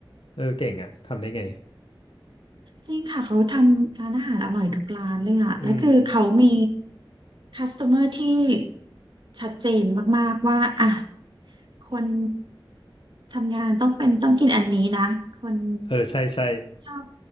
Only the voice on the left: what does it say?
เออเก่งอะทำได้ไง
อืม
เออใช่ใช่